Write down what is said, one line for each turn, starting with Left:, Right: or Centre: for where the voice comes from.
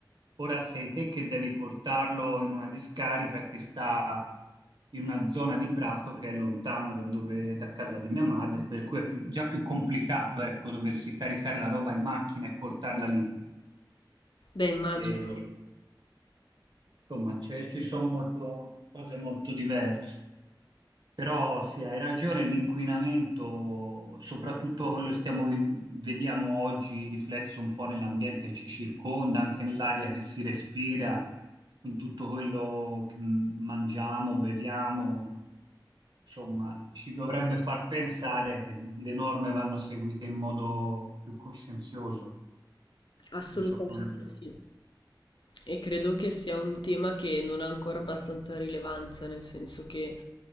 Right: Ora sei te che devi portarlo in una discarica che sta in una zona di Prato che è lontano da, dove- da casa di mia madre, per cui è più- già più complicato, ecco, doversi caricare la roba in macchina e portarla lì.
Left: Beh, immagino,
Right: E, insomma, c'è- ci sono molto- cose molto diverse. Però sì, hai ragione, l'inquinamento, soprattutto quello stiamo vi- vediamo oggi riflesso un po' nell'ambiente che ci circonda, anche nell'aria che si respira, in tutto quello che mm, mangiamo, beviamo, insomma, ci dovrebbe far pensare che le norme vanno seguite in modo più coscienzioso,
Left: assolutamente
Right: non so come dire.
Left: sì. E credo che sia un tema che non ha ancora abbastanza rilevanza, nel senso che